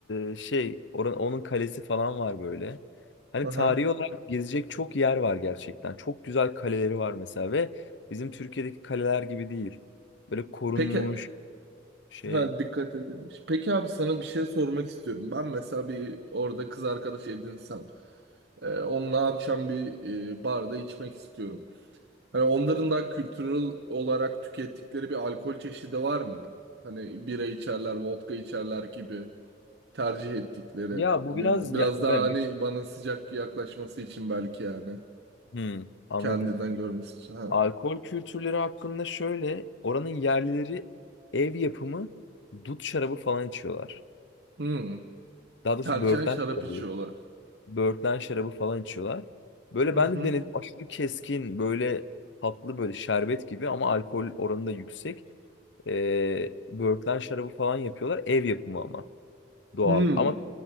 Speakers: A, on the left; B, on the right.
A: e, şey oran, onun kalesi falan var böyle. Hani
B: Aha.
A: tarihi olarak gezecek çok yer var gerçekten. Çok güzel kaleleri var mesela ve bizim Türkiye'deki kaleler gibi değil. Böyle korunmuş
B: Peki
A: şey.
B: ha, dikkat edilmiş. Peki abi sana bir şey sormak istiyorum. Ben mesela bir orada kız arkadaş edinsem. e, onunla akşam bir e, barda içmek istiyorum. Hani onların da kültürel olarak tükettikleri bir alkol çeşidi var mı? Hani bira içerler, vodka içerler gibi tercih ettikleri.
A: Ya bu
B: Hani
A: biraz
B: biraz
A: ya, ben
B: daha hani
A: bir-
B: bana sıcak yaklaşması için belki yani.
A: Hmm, anladım.
B: Kendinden görmesi için. Ha.
A: Alkol kültürleri hakkında şöyle oranın yerlileri ev yapımı dut şarabı falan içiyorlar.
B: Hmm.
A: Daha doğrusu
B: Tercihen
A: böğürtlen
B: şarap
A: şarabı.
B: içiyorlar.
A: böğürtlen şarabı falan içiyorlar. Böyle
B: Hı
A: ben
B: hı.
A: de denedim. Aşırı keskin, böyle tatlı, böyle şerbet gibi ama alkol oranı da yüksek. Ee, böğürtlen şarabı falan yapıyorlar. Ev yapımı ama doğal.
B: Hmm.
A: Ama